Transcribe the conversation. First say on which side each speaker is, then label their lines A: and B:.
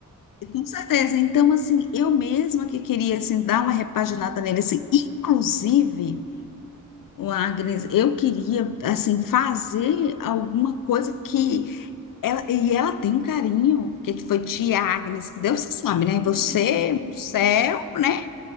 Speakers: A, on the left (about 70°); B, on the left (about 30°).
A: Com certeza. Então, assim, eu mesma que queria, assim, dar uma repaginada nele, assim, inclusive, o Agnes, eu queria,
B: Uhum.
A: assim, fazer alguma coisa que ela, e ela tem um carinho, porque que foi tia Agnes que deu, você sabe, né?
B: Uhum.
A: Você no céu,
B: Sim.
A: né?